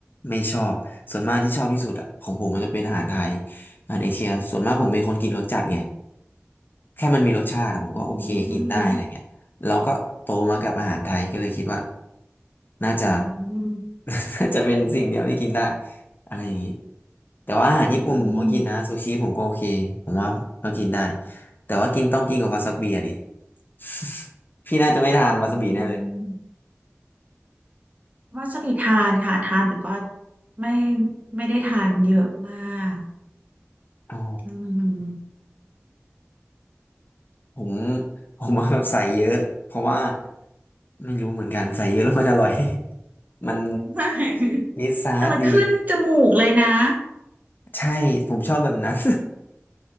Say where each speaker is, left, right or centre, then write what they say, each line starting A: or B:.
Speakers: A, on the left; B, on the right.
A: ไม่ชอบส่วนมากที่ชอบที่สุดอ่ะของผมมันจะเป็นอาหารไทยอาหารเอเชียส่วนมากผมเป็นคนกินรสจัดไงแค่มันมีรสชาติอะผมก็โอเคกินได้อะไรเงี้ยแล้วก็โตมากับอาหารไทยก็เลยคิดว่า
B: อืม
A: น่าจะ
B: อืม
A: <laughs> น่าจะเป็นสิ่งเดียวที่กินได้อะไรอย่างนี้แต่ว่าอาหารญี่ปุ่นผมก็กินนะซูชิผมก็โอเคผมว่าก็กินได้
B: อืม
A: แต่ว่ากินต้องกินกับวาซาบิอะดิ <laughs> พี่น่าจะไม่ทานวาซาบิแน่เลย
B: อืมอืม วาซาบิทานค่ะทานแต่ก็ไม่ไม่ได้ทานเยอะมาก
A: อ๋อ
B: อืม
A: ผม <laughs> ผมว่าแบบใส่เยอะเพราะว่าไม่รู้เหมือนกันใส่เยอะแล้วมันอร่อย <laughs> มัน
B: <laughs> ไม่ <laughs>
A: มีซอสดี
B: แต่มันขึ้นจมูกเลยนะ
A: ใช่ผมชอบแบบนั้น